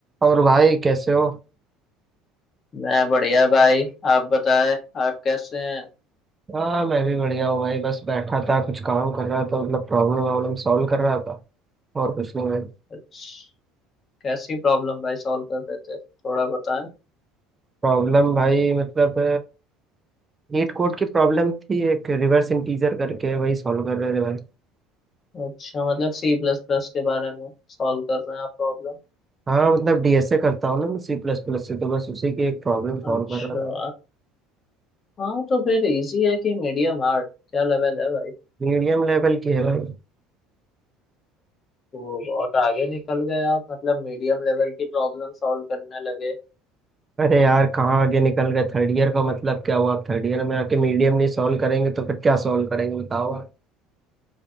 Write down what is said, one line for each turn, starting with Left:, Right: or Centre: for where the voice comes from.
Right: और भाई कैसे हो
Left: मैं बढ़िया भाई आप बताएं आप कैसे हैं
Right: हाँ मैं भी बढ़िया हूँ भाई बस बैठा था कुछ काम कर रहा था मतलब प्रॉब्लम वॉब्लम सॉल्व कर रहा था और कुछ नहीं भाई
Left: अच्छा कैसी प्रॉब्लम भाई सॉल्व कर रहे थे थोड़ा बताएं
Right: प्रॉब्लम भाई मतलब नीट कोड की प्रॉब्लम थी एक रिवर्स इंटीजर करके वही सॉल्व कर रहे थे भाई
Left: अच्छा मतलब सी प्लस प्लस के बारे में सॉल्व कर रहे हैं आप प्रॉब्लम
Right: हाँ मतलब डीएसए करता हूँ ना मैं सी प्लस प्लस से तो बस उसी की एक प्रॉब्लम सॉल्व
Left: अच्छा
Right: कर रहा था
Left: हाँ तो फिर इजी है कि मीडियम आर्ट क्या लेवल है भाई
Right: मीडियम लेवल की है भाई
Left: वो बहुत आगे निकल गए आप मतलब मीडियम लेवल की प्रॉब्लम सॉल्व करने लगे
Right: अरे यार कहाँ आगे निकल गए थर्ड ईयर का मतलब क्या हुआ थर्ड ईयर में आके मीडियम नहीं सॉल्व करेंगे तो फिर क्या सॉल्व करेंगे बताओ आप।